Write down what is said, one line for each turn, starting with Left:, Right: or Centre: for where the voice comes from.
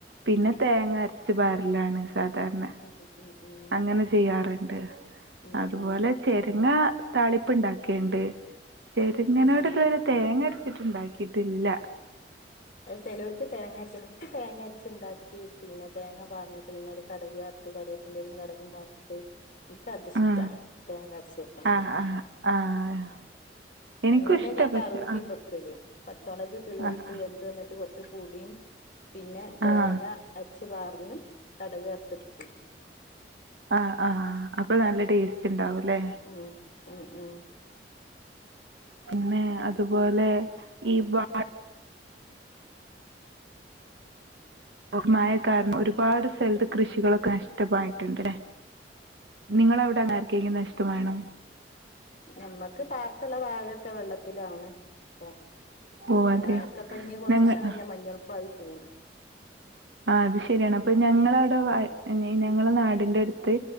Right: പിന്നെ
Left: ഉം
Right: തേങ്ങ അരച്ച് പാരലാണ് സാധാരണ
Left: ഉം ഉം ഉം
Right: അങ്ങനെ ചെയ്യാറ്ണ്ട്.
Left: ഉം
Right: അതുപോലെ
Left: ഉം
Right: ചെരങ്ങാ താളിപ്പ് ഇണ്ടാക്കേണ്ട് ചെരങ്ങനോട്
Left: ഉം
Right: ഇതുവരെ തേങ്ങ അരച്ചിട്ട് ഇണ്ടാക്കിട്ടില്ല
Left: അഹ് ചെലോല്ക്ക് തേങ്ങര്ച്ചും ഇക്ക് തേങ്ങര് ച്ച്ണ്ടാക്കി പിന്നെ തേങ്ങ പാർന്ന്ട്ട് പിന്നെ ഒരു കടക് വറുത്ത് കരിവേപ്പിന്റെലിം കടുകും പാർ ട്ട് ഇന്ക്കതിഷ്ടാ
Right: ആഹ്
Left: തേങ്ങ അരച്ച് വെക്ക്ണത്
Right: ആഹ് ആഹ് ആഹ് എനിക്കും
Left: അങ്ങനെ
Right: ഇഷ്ടാ
Left: ഞാൻ
Right: പക്ഷെ
Left: കറൂത്തിം
Right: ആഹ്
Left: വെ ക്കല് പച്ചമൊളക്ക് കീറിട്ട്
Right: ആഹ്
Left: വെന്ത് വന്ന്ട്ട് കൊറച്ച് പുളിയും പിന്നെ തേങ്ങ
Right: ആഹ്
Left: അരച്ച് പാർന്ന് കടക് വർത്ത്ട്ക്കും
Right: ആഹ് ആഹ് അപ്പം നല്ല ടേസ്റ്റ്ണ്ടാവുല്ലേ
Left: ഉം ഉം ഉം
Right: പിന്നെ അതുപോലെ ഈ <unintelligible> ഓഹ് മഴ കാരണം ഒരുപാട് സല്ത്ത് കൃഷികളൊക്കെ നഷ്ടമായിട്ട്ണ്ട്ല്ലേ നിങ്ങളവിടെ അങ്ങനെ ആർക്കേലും നഷ്ടമായിണോ
Left: ഞമ്മക്ക് പാട്ത്ത്ള്ളെ വാഴൊക്കെ വെള്ളത്തിലാണ് ഇപ്പം
Right: ഓഹ് അതെയോ
Left: വാഴക്കപ്പഞ്ഞ് കൊറച്ചീസായാ
Right: ഞങ്ങ
Left: മഞ്ഞൾപ്പായി പോവും
Right: ആഹ് അത് ശരിയാണ് അപ്പൊ ഞങ്ങളവിടെ വാഴ് ഇഞ്ഞ് ഞങ്ങളെ നാടിന്റെട്ത്ത്